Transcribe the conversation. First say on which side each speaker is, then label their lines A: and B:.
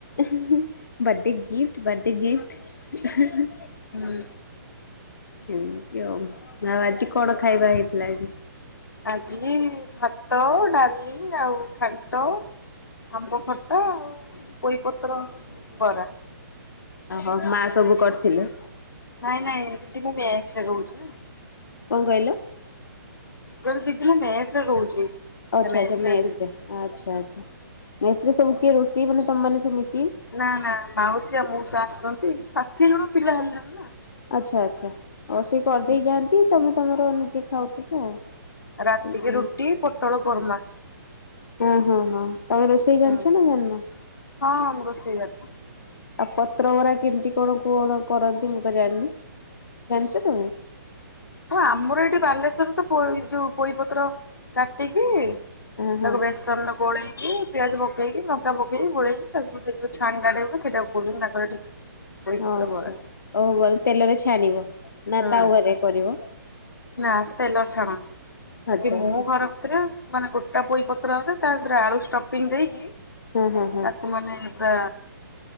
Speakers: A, on the left; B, on the left.
A: ଉହ୍ନୁ, ଉହ୍ନୁ ବାର୍ଥଡେ ଗିଫ୍ଟ ବାର୍ଥଡେ ଗିଫ୍ଟ ଉହୁଁଉହୁଁ,।
B: ହୁଁ।
A: ଏମିତି ଆଉ, ଆଉ ଆଜି କଣ ଖାଇବା ହେଇଥିଲା ଆଜି?
B: ଆଜି ଭାତ, ଡାଲି, ଆଉ ଘାଣ୍ଟ, ଆମ୍ବ ଖଟ <unintelligible> ଆଉ ସେ ପୋଇ ପତ୍ର ବରା
A: ଅ, ହିଁ, ମା ସବୁ କରିଥିଲେ।
B: ନାଇଁ, ନାଇଁ ଏମିତି ମୁଁ ମେସ ରେ ରହୁଛି।
A: କଣ କହିଲ?
B: ମୁଁ କହିଲି ଦିଦି ମୁଁ ମେସରେ ରହୁଛି।
A: ଆଚ୍ଛା,
B: ସେ ମେସରେ
A: ଆଛା ମେସ୍
B: ଆଜି ହେଇଥିଲା।
A: ରେ ଆଚ୍ଛା, ଆଚ୍ଛା ମେସ ରେ ସବୁ କିଏ ରୋଷେଇ ବନେ ତମେ ମାନେ ସବୁ ମିଶି
B: ନା, ନା ମାଉସୀ ଆଉ ମଉଶା ଆସଛନ୍ତି, ଷାଠିଏ ଜଣ ପିଲା ହେଲୁଣି।
A: ଆଚ୍ଛା ଆଚ୍ଛା ଆଉ ସେ କରିଦେଇ ଯାଆନ୍ତି ତମେ ତମର ନିଜେ ଖାଉଥିବ ଆଉ।
B: ରାତିକ
A: ହୁଁ।
B: ରୁଟି ପୋଟଳ କରୋମା
A: ଅ, ହଁ, ହଁ, ତମେ ରୋଷେଇ
B: ହୁଁ।
A: ଜାନିଛ ନା ଜାଣି ନ?
B: ହଁ, ହିଁ, ମୁଁ ରୋଷେଇ ଜାଣିଛି।
A: ଆଉ ପତ୍ର ବରା କେମିତି କଣ କଣ କରନ୍ତି, ମୁଁ ତ ଜାଣିନି ଜାଣିଛ ତମେ?
B: ହଁ, ଆମର ଏଇଠି ବାଲେଶ୍ୱରରେ ତ ଯୋଉ ପୋଇପତ୍ର କାଟିକି ତାକୁ
A: ହଁ ହଁ
B: ବେଶ ବେସନରେ ଗୋଳେଇକି ପିଆଜ ପକେଇକି ଲଙ୍କା ପକେଇ ଗୋଳେଇକି ତାକୁ ସେ ଯେଉଁ ଛାଣିଟା କାଢ଼ି ବାକୁ ଟା ସେଇଟା କହୁଛନ୍ତି ତାଙ୍କର ଏଠି <inaudible>
A: ହଁ ଆଚ୍ଛା
B: ବରା
A: ହଉ ଆମ ତେଲରେ ଛାଣିବ ନା
B: ହୁଁ
A: ତାୱାରେ କରିବ?
B: ନା ସେ ତେଲରେ ଛାଣାନ୍ତି
A: ଆଚ୍ଛା
B: ବାକି
A: ଆଚ୍ଛା
B: ମୁଁ ଘର ସେଇଟା ମାନେ ଗୋଟାପୋଇ ପତ୍ର ରେ ତାରେ ଆଳୁ ଷ୍ଟପିଙ୍ଗ ଦେଇକି
A: ହୁଁ, ହୁଁ, ହୁଁ।
B: <inaudible> ମାନେ ପା